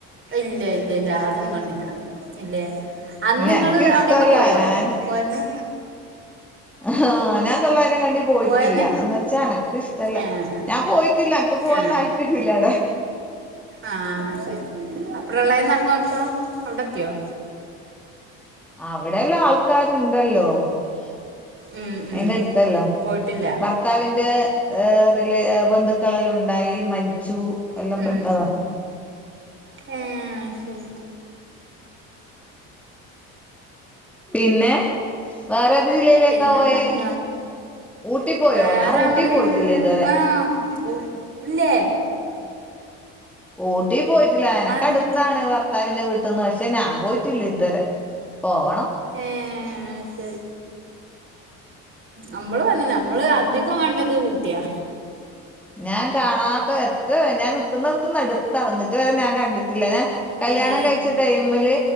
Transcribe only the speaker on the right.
ഇല്ല ഇല്ല ഇല്ല ല്ലാ ന്നും കണ്ടില്ല ല്ലേ അന്ന്
ങ്ങള്
അവിടെയൊക്കെ പോയോ
പോയന്ന്
പോയന്ന്
ഏഹ് ഉം
ഏഹ്
ആഹ് ശരി അ പ്രളയം നടന്നപ്പോ അവിടെ എത്തിയോ
ഉം ഉം
പോയിട്ടില്ല
ഹ്
ഹ് ഏ ആഹ് ശെരി
പിന്നെപ്പന്ത
വേറെ
മ്മള്
ആഹ് ല്ലേ.
അതെ
ഏഅഹ് ശരി നമ്മള് വനിന്ന് ണ് നമ്മള് അധികം കണ്ടത് ഊട്ടിയാ.
ഏ